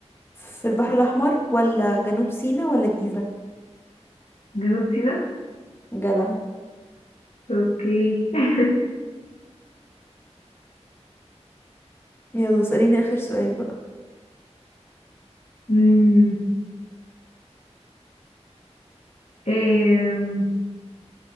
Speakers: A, on the left (about 20°); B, on the left (about 85°).
A: في البحر الأحمر ولا جنوب سيناء ولا الجيزة
B: جنوب سيناء
A: جدع
B: اوكي <laughs>
A: يلا اسأليني آخر سؤال بقى
B: أمم، آم،